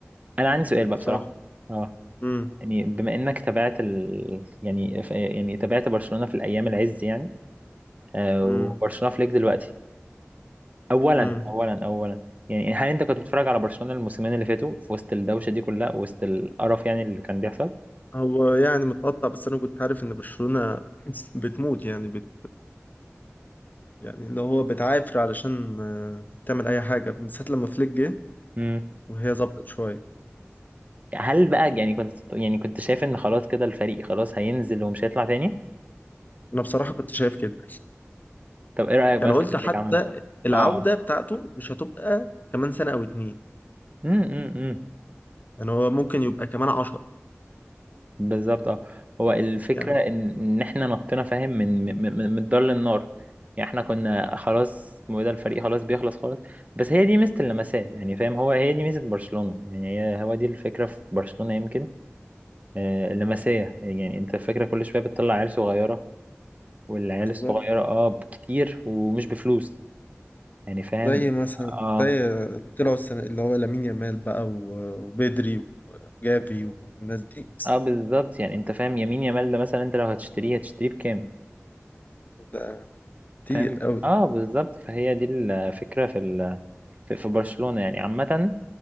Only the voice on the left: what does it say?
بصراحة
امم
امم
امم
هو يعني متقطع بس انا كنت عارف ان برشلونة <laughs> بتموت يعني بت يعني اللي هو بتعافر علشان آه، تعمل اي حاجة من ساعة لما فليك جه
وهي ظبطت شوية
انا بصراحة كنت شايف كده
يعني
قلت
حتى
العودة
بتاعته مش هتبقى كمان سنة او اتنين
يعني هو ممكن يبقى كمان عشرة
يعني
بالظبط
زي مثلا
زي اللي طلعوا السنة اللي هو لامين يامال بقى و- وبدري وجافي والناس دي
ده كتير
قوي